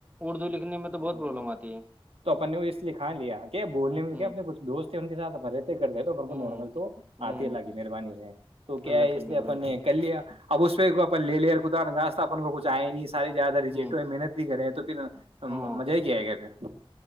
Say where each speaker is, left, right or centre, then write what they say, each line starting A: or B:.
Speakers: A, on the right (about 15°); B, on the right (about 80°).
A: اردو لکھنے میں تو بہت پرابلم آتی ہے
B: تو اپنے وہ اس لیے کھا لیا کیا بولنے میں تو
A: ہوں
B: کیا اپنے کچھ دوست ہیں ان کے <unintelligible> کرتے تو کو
A: ہوں
B: نارمل تو
A: ہوں
B: آتی ہے ال لگی مہربانی سے تو کیا
A: اللہ
B: ہے
A: کی
B: اس
A: مہربانی
B: لیے اپن نے
A: سے
B: کر لیا اب اس پہ اپ لے لیا خدانخواستہ اب ان کو کچھ ایا ہی نہیں سارے زیادہ رجیٹو
A: ہوں
B: ہے محنت بھی کرے ہیں تو پھر
A: ہاں
B: مزہ ہی کیا آئے گا پھر